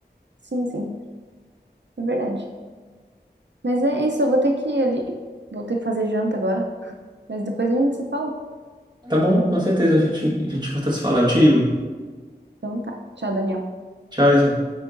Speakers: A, on the right; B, on the right.
A: Sim, sim, é verdade. Mas é isso, eu vou ter que ir ali, vou ter que fazer janta agora. Mas depois a gente se fala.
B: Tá bom, com certeza a gente, a gente volta a se falar. Eu te ligo.
A: Então tá, tchau, Daniel.
B: tchau Isa